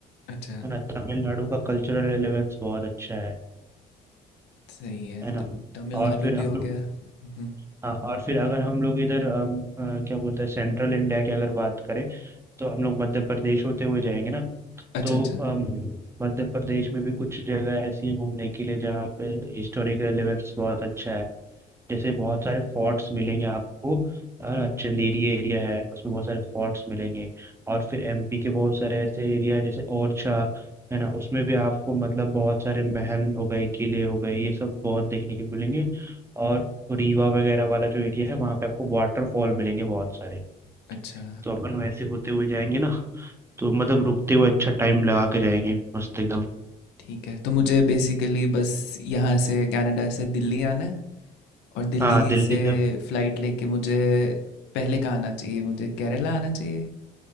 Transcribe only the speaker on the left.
अच्छा
सही है
तो तमिलनाडु
भी
हो
गया हम्म,
अच्छा
अच्छा
अच्छा
ठीक है तो मुझे बेसिकली बस यहाँ से कनाडा से दिल्ली आना है और दिल्ली
से
फ्लाइट लेके मुझे पहले कहाँ आना चाहिए मुझे केरला आना चाहिए